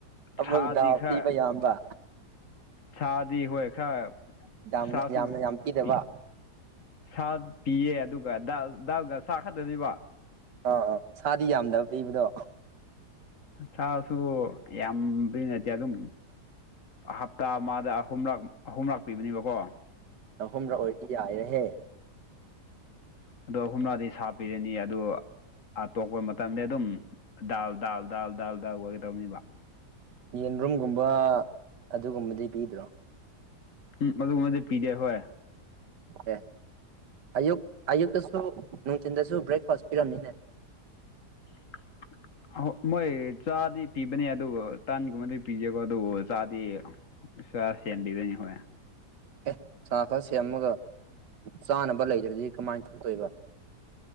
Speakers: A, on the right; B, on the left.
A: ꯑꯃꯨꯛ
B: ꯁꯥꯗꯤ
A: ꯗꯥꯜ
B: ꯈꯔ
A: ꯄꯤꯕ ꯌꯥꯝꯕ
B: ꯁꯥꯗꯤ ꯍꯣꯏ ꯈꯔ
A: ꯌꯥꯝ
B: ꯁꯥ ꯁꯨ
A: ꯌꯥꯝꯅ ꯌꯥꯝ ꯄꯤꯗꯕ
B: ꯄꯤꯏ ꯁꯥ ꯄꯤꯌꯦ ꯑꯗꯨꯒ ꯗꯥꯜ ꯗꯥꯜꯒ ꯁꯥ ꯈꯛꯇꯅꯤꯕ
A: ꯑꫭ ꯑꫭ ꯁꯥꯗꯤ ꯌꯥꯝꯗꯕ ꯄꯤꯕꯗꯣ
B: ꯁꯥꯁꯨ ꯌꯥꯝꯕꯔꯤ ꯅꯠꯇꯦ ꯑꯗꯨꯝ ꯍꯞꯇꯥ ꯑꯃꯗ ꯑꯍꯨꯝꯂꯛ ꯑꯍꯨꯝꯔꯛ ꯄꯤꯕꯅꯦꯕꯀꯣ
A: ꯑꯍꯨꯝꯔꯛ ꯑꯣꯏꯗꯤ ꯌꯥꯏꯔꯍꯦ
B: ꯑꯗꯣ ꯑꯍꯨꯝꯔꯛꯗꯤ ꯁꯥ ꯄꯤꯔꯅꯤ ꯑꯗꯣ ꯑꯇꯣꯛꯄ ꯃꯇꯝꯗꯤ ꯑꯗꯨꯝ ꯗꯥꯜ ꯗꯥꯜ ꯗꯥꯜ ꯗꯥꯜ ꯗꯥꯜ ꯑꯣꯏꯒꯗꯧꯅꯤꯕ
A: ꯌꯦꯟꯕ꯭ꯔꯨꯝꯒꯨꯝꯕ ꯑꯗꯨꯒꯨꯝꯕꯗꯤ ꯄꯤꯗ꯭ꯔꯣ
B: ꯎꯝ ꯑꯗꯨꯒꯨꯝꯕꯗꯤ ꯄꯤꯗꯦ ꯍꯣꯏ
A: ꯑꯦ ꯑꯌꯨꯛ ꯑꯌꯨꯛꯇꯁꯨ ꯅꯨꯡꯊꯤꯟꯗꯁꯨ ꯕ꯭ꯔꯦꯛꯐꯥꯁ ꯄꯤꯔꯝꯅꯤꯅꯦ
B: <inaudible> ꯑꯣꯏ ꯃꯣꯏ ꯆꯥꯗꯤ ꯄꯤꯕꯅꯦ ꯑꯗꯨꯕꯨ ꯇꯥꯟꯒꯨꯝꯕꯗꯤ ꯄꯤꯗꯦꯕ ꯑꯗꯨ ꯆꯥꯗꯤ ꯥ ꯆꯥ ꯁꯦꯝꯕꯤꯕꯅꯤ ꯍꯣꯏ
A: ꯑꯦ ꯆꯥ ꯈꯔ ꯁꯦꯝꯃꯒ ꯆꯥꯅꯕ ꯂꯩꯗ꯭ꯔꯗꯤ ꯀꯃꯥꯏ ꯊꯥꯛꯇꯨꯏꯕ